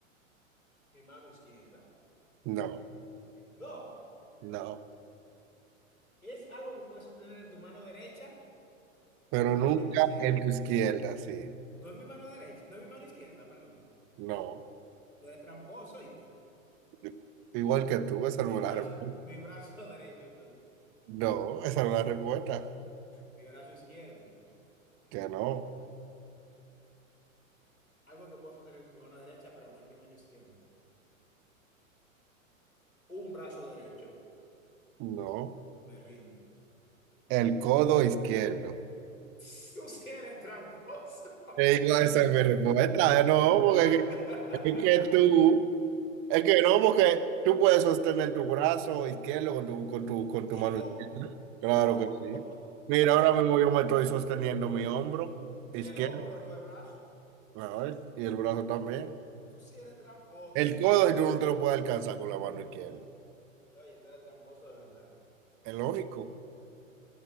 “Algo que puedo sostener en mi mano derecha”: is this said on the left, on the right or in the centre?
Left